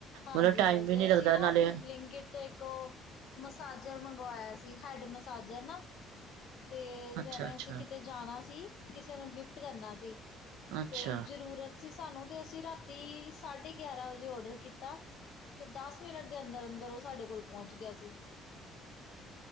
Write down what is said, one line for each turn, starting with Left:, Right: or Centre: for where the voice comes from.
Left: ਹਾਂਜੀ-ਹਾਂਜੀ,
Right: ਮਤਲਬ ਟਾਈਮ ਵੀ ਨਹੀਂ
Left: ਅਸੀਂ
Right: ਲੱਗਦਾ
Left: ਨਾ
Right: ਨਾਲੇ
Left: ਬਲਿੰਕਟ ਤੋਂ ਇੱਕ ਓ ਮਸਾਜਰ ਮੰਗਾਇਆ ਸੀ, ਹੈਡ ਮਸਾਜਰ ਨਾ। ਤੇ
Right: ਅੱਛਾ
Left: ਜਿਵੇਂ
Right: ਅੱਛਾ
Left: ਅਸੀਂ ਕਿਤੇ ਜਾਣਾ ਸੀ, ਕਿਸੇ ਨੂੰ ਗਿਫਟ ਕਰਨਾ ਸੀ।
Right: ਅੱਛਾ
Left: 'ਤੇ ਜਰੂਰਤ ਸੀ ਸਾਨੂੰ ਤੇ ਅਸੀਂ ਰਾਤੀ ਸਾਢੇ ਗਿਆਰਾਂ ਵਜੇ ਔਡਰ ਕੀ ਕੀਤਾ ਤੇ ਦਸ ਮਿੰਟ ਦੇ ਅੰਦਰ-ਅੰਦਰ ਉਹ ਸਾਡੇ ਕੋਲ ਪਹੁੰਚ ਗਿਆ ਸੀ।